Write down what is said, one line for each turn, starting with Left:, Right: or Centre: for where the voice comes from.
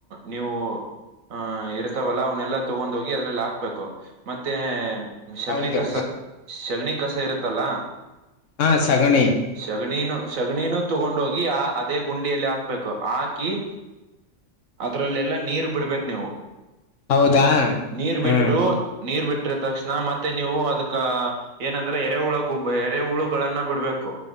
Right: ನೀವು. <unintelligible> ಹಾ ಇರ್ತವಲ್ಲ ಅವ್ನ ಎಲ್ಲಾ ತೊಗೊಂಡ್ ಹೋಗಿ ಅದ್ರಲ್ಲಿ ಹಾಕಬೇಕು. <unintelligible> ಮತ್ತೆ ಶಗಣಿ
Left: ಹೌದು
Right: ಕಸ ಶಗಣಿ ಕಸ ಇರುತ್ತಲ್ಲ. <unintelligible>
Left: ಹಾ ಸಗಣಿ
Right: ಶಗಣಿನು. <unintelligible> ಶಗಣಿನೂ ತಗೊಂಡ ಹೋಗಿ ಆ ಅದೇ ಗುಂಡಿಯಲ್ಲಿ ಹಾಕಬೇಕು ಹಾಕಿ. <unintelligible> ಅದ್ರಲ್ಲೆಲ್ಲಾ ನೀರ್ ಬಿಡಬೇಕು ನೀವು
Left: ಹೌದಾ
Right: ನೀರ್
Left: ಹ್ಮ್
Right: ಬಿಟ್ಟು. <unintelligible> ನೀರ್ ಬಿಟ್ರ ತಕ್ಷಣ ಮತ್ತೆ ನೀವು ಅದಕ್ಕ. <unintelligible> ಏನಂದ್ರೆ ಎರೆ ಹುಳ ಗುಬ್ಬ ಎರೆ ಹುಳುಗಳನ್ನ ಬಿಡಬೇಕು